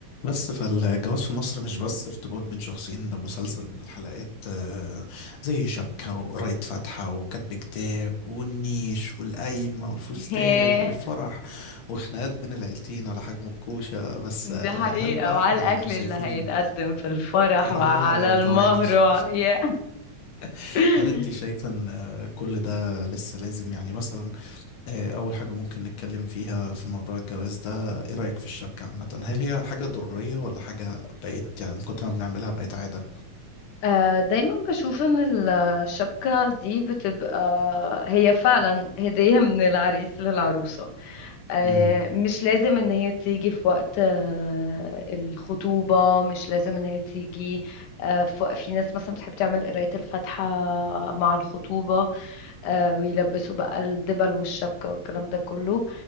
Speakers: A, on the left; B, on the left.
A: بس فالجواز في مصر مش بس ارتباط بين شخصين ده مسلسل من الحلقات آه، زي شبكة وقراية فاتحة وكتب كتاب والنيش والقايمة والفستان
B: <laughs> ياه
A: والفرح وخناقات بين العيلتين على حجم الكوشة بس
B: دي
A: آه،
B: حقيقة
A: هل بقى
B: وعلى
A: احنا
B: الأكل
A: شايفين
B: اللي هيتقدم
A: ان
B: في الفرح
A: يا
B: وعلى المهر
A: جوعنيش
B: وع- ياه
A: <laughs>
B: <laughs>
A: هل انت شايفة ان آه، كل ده لسه لازم يعني مثلا آه، أول حاجة ممكن نتكلم فيها في موضوع الجواز ده إيه رأيك في الشبكة عامة؟ هل هي حاجة ضرورية ولا حاجة بقت يعني من كتر ما بنعملها بقت عادة؟
B: آه، دايما بشوف ان الشبكة دي بتبقى هي فعلا هدية <laughs> من العريس للعروسة آه،
A: مم.
B: مش لازم ان هي تيجي في وقت آه، الخطوبة مش لازم ان هي تيجي آه، في وقت- في ناس مثلا بتحب تعمل قراية الفاتحة مع الخطوبة آه، ويلبسوا بقى الدبل والشبكة والكلام ده كله